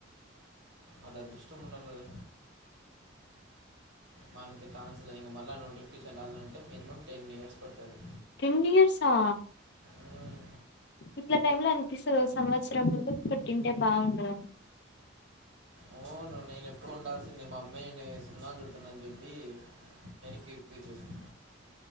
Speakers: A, on the right; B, on the left.
A: అది అదృష్టం ఉండాలి కదా మనకి ఛాన్స్ లేదు ఇంగా మళ్ళీ నోటిఫికేషన్ రాలంటే మినిమం టెన్ ఇయర్స్ పడుతది
B: టెన్ ఇయర్సా
A: మ్మ్.
B: ఇట్ల టైమ్ లో అనిపిస్తుంది ఒక సంవత్సరం ముందు పుట్టింటే బాగుండద
A: అవును నేను ఎప్పుడు ఉండాల్సింది మా అమ్మ నేను సున్నాను చుడుతున్నా అని చెప్పి ఎ <unintelligible>